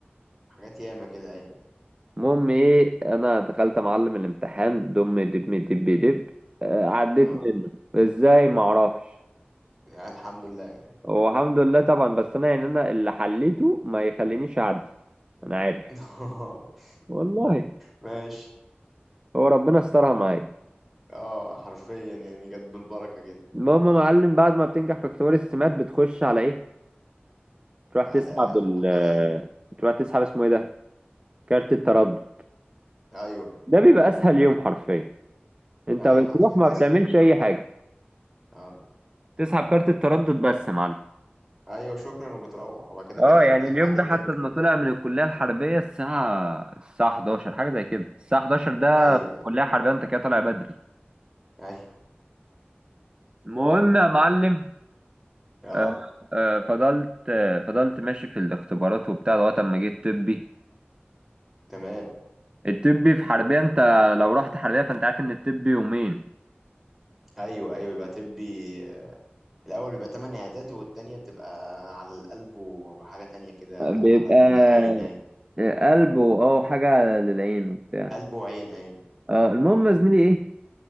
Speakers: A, in the centre; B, on the right.
A: حاجات ياما كده ايوه
B: المهم ايه انا دخلت معلم الامتحان دم دب دب دب آه، عديت
A: اه
B: منه ازاي ما اعرفش
A: الحمد لله
B: هو الحمد لله طبعا بس انا يعني انا اللي حليته ما يخلينيش اعدي انا عارف
A: <laughs>
B: والله
A: ماشي
B: هو ربنا استرها معايا
A: اه حرفيا يعني جت بالبركة كده
B: المهم يا معلم بعد ما بتنجح في اختبار السمات بتخش على ايه تروح
A: على
B: تسحب ال
A: على ال...
B: تروح تسحب اسمه ايه ده كارت التردد
A: ايوه
B: ده بيبقى اسهل يوم حرفيا انت
A: ايوه
B: بتروح
A: حرفيا ده
B: ما بتعملش
A: اسهل يوم
B: اي حاجه
A: اه
B: تسحب كارت التردد بس يا معلم
A: ايوه شكرا وبتروح وبعد كده
B: اه
A: بيتحدد
B: يعني
A: لك
B: اليوم
A: ميعاد الطبي
B: ده حتى لما طلع من الكليه الحربيه الساعه الساعه 11 حاجه زي كده الساعه 11 ده
A: ايوه
B: الكليه
A: ايوه
B: الحربيه انت كده طالع بدري
A: ايوه
B: المهم يا معلم
A: اه
B: آه آه فضلت آه فضلت ماشي في الاختبارات وبتاع لغايه اما جيت طبي
A: تمام
B: الطبي في حربيه انت لو رحت حربيه فانت عارف ان الطبي يومين
A: ايوه ايوه يبقى طبي آه، الأول بيبقى تمن عيادات والتانية بتبقى على القلب وحاجة تانية كده
B: بيبقى
A: على العين أيوة
B: قلبه اه حاجة للعين وبتاع
A: قلب وعين أيوة
B: آه المهم يا زميلي ايه